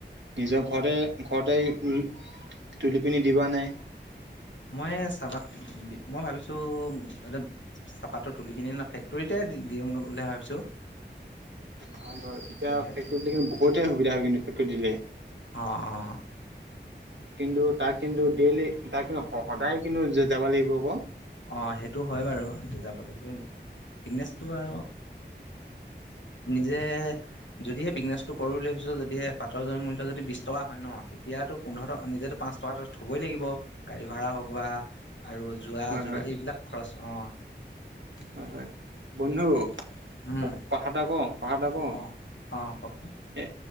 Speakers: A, on the right; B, on the left.
A: নিজৰ ঘৰতে ঘৰতে উম তুলি পিনি দিবা নে
B: মই চাবা মই ভাবিছোঁ এ চাহপাতটো তুলি কিনি ন ফেক্টৰীতে দি দিওঁগে বুলি ভাবিছোঁ
A: ভাল ধৰ এতিয়া
B: এনেকৈ
A: ফেক্টৰিত দিলে কিন্তু বহুতে সুবিধা হয় কিন্তু ফেক্টৰীত দি দিলে
B: অ অ
A: কিন্তু তাক কিন্তু ডেইলি তাক কিন্তু স সদায় কিন্তু যা যাব লাগিব ক
B: অঁ সেইটো হয় বাৰু যাব লাগিব কিন্তু বিনেছটো আও নিজে যদিহে বিজনেছটো কৰো বুলি ভাবিছ যদিহে পাতৰ জ মূল্য যদি বিছ টকা হয় ন এতিয়াতো পোন্ধৰ টকা নিজেতো পাঁচ টকা থ'বই লাগিব গাড়ী ভাড়া হওক বা আৰু যোৱা
A: হয়
B: যোগালী
A: হয়
B: এইবিলাক খৰচ অঁ
A: হয় হয় বন্ধু
B: উম
A: ক কথা এটা কওঁ কথা এটা কওঁ,
B: অঁ অঁ কওকচোন
A: এ